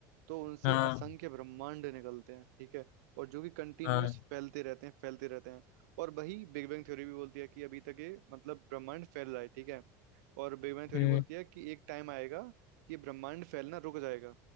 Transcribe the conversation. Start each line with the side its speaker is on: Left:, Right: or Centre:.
Right: तो उनसे
Left: हाँ
Right: असंख्य ब्रह्मांड निकलते हैं ठीक है और जो कि कंटिन्यूअस
Left: हाँ
Right: फैलते रहते हैं फैलते रहते हैं और वही बिग बैंग थ्योरी भी बोलती है कि अभी तक ये मतलब ब्रह्मांड फैल रहा है ठीक है और बिग बैंग थ्योरी
Left: हम्म
Right: बोलती है कि एक टाइम आएगा कि ब्रह्मांड फैलना रुक जाएगा